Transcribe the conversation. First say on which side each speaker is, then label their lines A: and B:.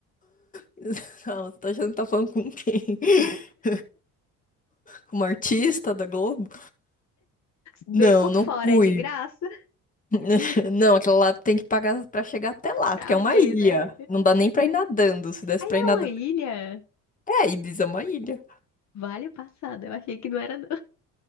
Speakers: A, on the left (about 25°); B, on the left (about 55°).
A: <laughs> Calma, você tá achando que tá falando com quem? <laughs> Com uma artista da Globo?
B: ver
A: Não,
B: por
A: não
B: fora
A: fui.
B: é de graça,
A: <laughs> Não, aquela lá tem que pagar pra chegar até lá,
B: pra
A: porque é
B: ver,
A: uma ilha.
B: né?
A: Não dá nem pra ir nadando, se desse
B: É
A: pra ir nadando.
B: uma ilha.
A: É, Ibiza é uma ilha.
B: Vale o passado, eu achei que não era não.